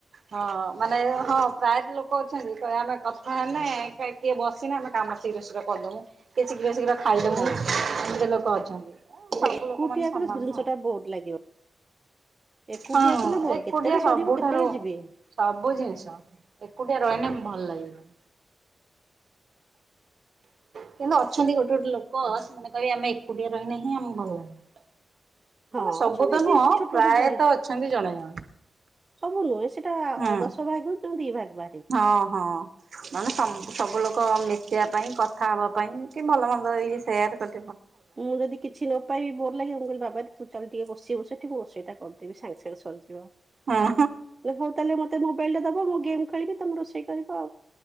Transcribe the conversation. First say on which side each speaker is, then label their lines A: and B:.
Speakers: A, on the right; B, on the right.
A: ହଁ, ମାନେ ହଁ ପ୍ରାୟତଃ ଲୋକ ଅଛନ୍ତି। କହିବେ ଆମେ କଥା ହେଲେ, କିଏ ବସିନେ ଆମେ କାମ ଶୀଘ୍ର, ଶୀଘ୍ର କରିଦବୁ। କିଏ ଶୀଘ୍ର, ଶୀଘ୍ର ଖାଇଦମୁୁ
B: ହଁ
A: ଏମିତି ଲୋକ ଅଛନ୍ତି।
B: କିନ୍ତୁ
A: ସବୁ
B: ଏକୁଟିଆ
A: ଲୋକମାନେ ସମାନ
B: କଲେ, ସବୁ ଜିନିଷ
A: ନୁହଁ।
B: ଟା, ବୋର ଲାଗିବ। ଏକୁଟିଆ
A: ହଁ,
B: କଲେ ବୋର
A: ଏକୁଟିଆ
B: କେତେବେଳେ
A: ସବୁଠାରୁ
B: ସରିବ କେତେବେଳେ ଯିବି
A: ସବୁ ଜିନିଷ ଏକୁଟିଆ ରହିନେ ଭଲ ଲାଗିବ। <inaudible> କିନ୍ତୁ ଅଛନ୍ତି ଗୋଟେ, ଗୋଟେ ଲୋକ। ସେମାନେ କହିବେ, ଆମେ ଏକୁଟିଆ ରହିନେ ହିଁ ଆମକୁ ଭଲ ଲାଗେ।
B: ହଁ
A: ମାନେ ସବୁ
B: ଅଛନ୍ତି
A: ତ
B: ଯିଏ
A: ନୁହଁ,
B: ସେ ଛୋଟରୁୁ
A: ପ୍ରାୟତଃ
B: ବଡେ
A: ଅଛନ୍ତି ଜଣେ, ଜଣେ।
B: ସବୁ ନୁହେଁ। ସେଇଟା
A: ହୁଁ।
B: ଦଶ ଭାଗରୁ ଜମା ଦି ଭାଗ ବା
A: ହଁ ହଁ। ମାନେ ସବୁ ଲୋକ ମିଶିବା ପାଇଁ କଥା କଥା ହବା ପାଇଁ, କି ଭଲ ମନ୍ଦ ଇଏ ସେୟାର କରି
B: ମୁଁ ଯଦି କିଛି ନ ପାଇବି ବୋର ଲାଗିବ। ମୁଁ କହିଲି ବାପ ହାରେ ତୁ ଚାଲ ଟିକେ ବସିିବୁ ସେଠି। ରୋଷେଇଟା କରିଦେବି ସାଙ୍ଗେ ସାଙ୍ଗେ ସରିଯିବ।
A: ହଁ
B: ହଉ ତାହେଲେ, ମତେ ମୋବାଇଲ ଟା ଦବ। ମୁଁ ଗେମ୍ ଖେଳିବି, ତମେ ରୋଷେଇ କରିବ ଆଉ।